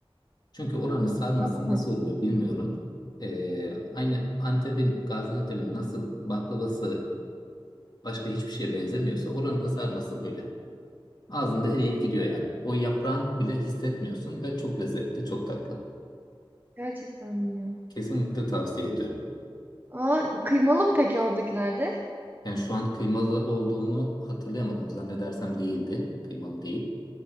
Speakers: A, on the left (about 45°); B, on the right (about 20°).
A: Çünkü oranın sarması
B: Kıyma-
A: nasıl oluyor bilmiyorum. Eee, aynı Antep'in, Gaziantep'in nasıl baklavası başka hiçbir şeye benzemiyorsa oranın da sarması öyle. Ağzında eriyip gidiyor yani. O yaprağını bile hissetmiyorsun ve çok lezzetli, çok tatlı.
B: Gerçekten mi ya?
A: Kesinlikle tavsiye ediyorum.
B: Aa, kıymalı mı peki oradakilerde?
A: Yani şu an kıymalı olduğunu hatırlayamadım. Zannedersem değildi. Kıymalı değil.